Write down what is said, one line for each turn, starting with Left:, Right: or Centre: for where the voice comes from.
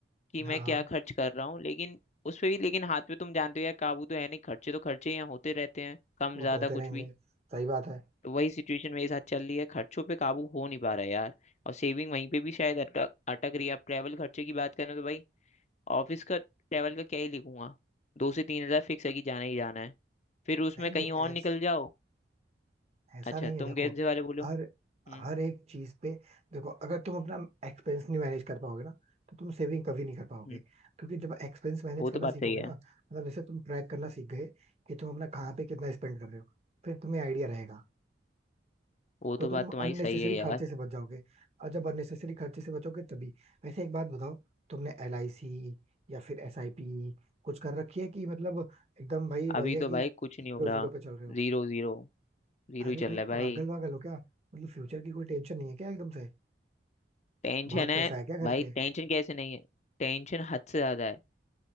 Left: कि
Right: हाँ
Left: मैं
Right: हाँ
Left: क्या खर्च कर रहा हूँ लेकिन उस पे भी लेकिन हाथ पे तो तुम जानते हो यार काबू तो है नहीं खर्चे तो खर्चे यहाँ होते रहते हैं कम
Right: वो
Left: ज्यादा
Right: तो होते रहेंगे
Left: कुछ भी
Right: सही बात है
Left: तो वही सिचुएशन मेरे साथ चल रही है खर्चों पे काबू हो नहीं पा रहा है यार और सेविंग वहीं पे भी शायद अटक अटक रही है अब ट्रैवल खर्चे की बात करें तो भाई ऑफिस का ट्रैवल का क्या ही लिखूंगा दो से तीन हजार फिक्स है कि जाना ही जाना है फिर उसमें
Right: नहीं
Left: कहीं
Right: नहीं
Left: और निकल
Right: ऐस
Left: जाओ
Right: ऐसा
Left: अच्छा
Right: नहीं
Left: तुम
Right: है देखो
Left: कैसे वाले बोलो
Right: हर
Left: हम्म
Right: हर एक चीज पे देखो अगर तुम अपना एक्सपेंस नहीं मैनेज कर पाओगे ना तो तुम सेविंग कभी नहीं कर पाओगे
Left: हम्म
Right: क्योंकि जब एक्सपेंस मैनेज
Left: वो
Right: करना
Left: तो बात
Right: सीखोगे
Left: सही है
Right: ना मतलब जैसे तुम ट्रैक करना सीख गए कि तुम अपना कहाँ पे कितना स्पेंड कर रहे हो फिर तुम्हें आइडिया रहेगा
Left: वो
Right: तो
Left: तो
Right: तुम
Left: बात तुम्हारी
Right: अननेसेसरी
Left: सही है यार
Right: खर्चे से बच जाओगे और जब अननेसेसरी खर्चे से बचोगे तभी वैसे एक बात बताओ तुमने एल आई सी या फिर एस आई पी कुछ कर रखी है कि मतलब एकदम भाई भैया
Left: अभी तो
Right: कि
Left: भाई कुछ नहीं
Right: जीरो
Left: हो रहा
Right: जीरो पे चल रहे हो
Left: Zero zero जीरो
Right: अरे
Left: ही चल
Right: भाई
Left: रहा है भाई
Right: पागल वागल हो क्या मतलब फ्यूचर की कोई टेंशन नहीं है क्या एकदम से
Left: टेंशन
Right: बहुत
Left: है
Right: पैसा है क्या
Left: भाई
Right: घर पे
Left: टेंशन कैसे नहीं है टेंशन हद से ज्यादा है